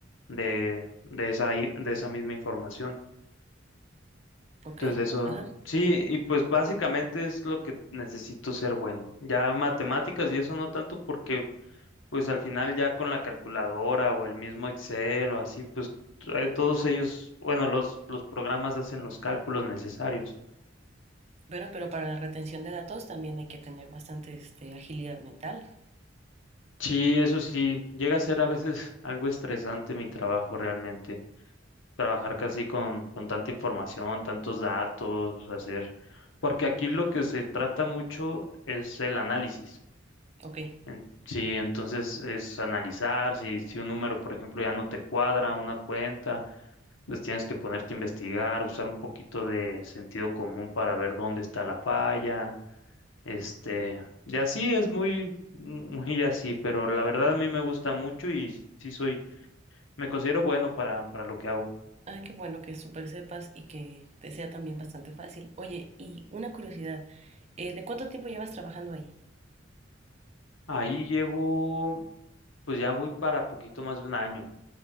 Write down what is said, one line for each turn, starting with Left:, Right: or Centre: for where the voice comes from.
Left: de, de esa, i- de esa misma información.
Right: Ok,
Left: Entonces, de eso,
Right: ajá.
Left: sí, y pues básicamente es lo que necesito ser bueno. Ya matemáticas y eso no tanto porque, pues al final ya con la calculadora o el mismo Excel o así, pues eh, todos ellos, bueno, los, los programas hacen los cálculos necesarios.
Right: Bueno, pero para la retención de datos también hay que tener bastante este, agilidad mental.
Left: Sí, eso sí, llega a ser a veces <laughs> algo estresante mi trabajo realmente. trabajar casi con, con tanta información, tantos datos, hacer, porque aquí lo que se trata mucho es el análisis.
Right: Ok.
Left: En- sí, entonces es analizar, si, si un número, por ejemplo, ya no te cuadra una cuenta, pues tienes que ponerte a investigar, usar un poquito de sentido común para ver dónde está la falla, este, y así es muy, muy así, pero la verdad a mí me gusta mucho y sí soy, me considero bueno para, para lo que hago.
Right: Ah, qué bueno que súper sepas y que te sea también bastante fácil. Oye, y una curiosidad, eh, ¿de cuánto tiempo llevas trabajando ahí?
Left: Ahí llevo, pues ya voy para poquito más de un año